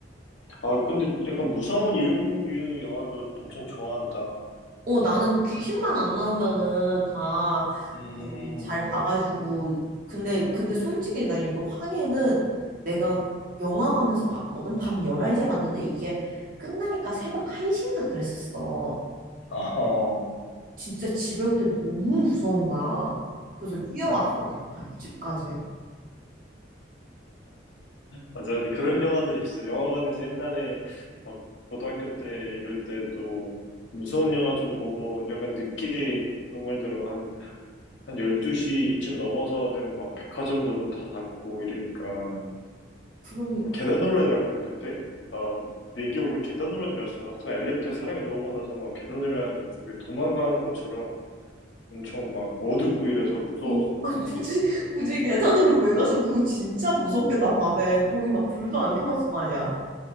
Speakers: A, on the left; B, on the right.
A: 아, 근데 약간 무서운 이런 류 영화도 엄청 좋아한다.
B: 어, 나는 귀신만 안 나오면은 다
A: 음,
B: 잘 봐가지고. 근데, 근데 솔직히 나 이거 황해는 내가 영화관에서 봤거든. 밤 11시에 봤는데 이게 끝나니까 새벽 1시인가 그랬었어.
A: 어,
B: 진짜 집에 올 때 너무 무서운 거야. 그래서 뛰어왔어.
A: <laughs>
B: 집까지.
A: 맞아. 근데 그런 영화들이 있어. 영화관에서 옛날에 막 고등학교 때 이럴 때도 무서운 영화 좀 보고 약간 늦게 정말 들어 한 12시쯤 넘어서는 막 백화점도 문 다 닫고 이러니까
B: 그러니까.
A: 막 계단 노란이라 했거든 그때 나 내 기억으로 계단 노란이었어 하여튼 엘리베이터에 사람이 너무 많아서 막 계단 내려가는데 무슨 우리 도망가는 것처럼 엄청 막 어둡고 이래서 무서웠어
B: 어,
A: 그때
B: 아,
A: 가지고
B: 굳이, 굳이 계단으로 왜 가서 그거 진짜 무섭겠다, 밤에. 거기 막 불도 안 켜놨을 거 아니야.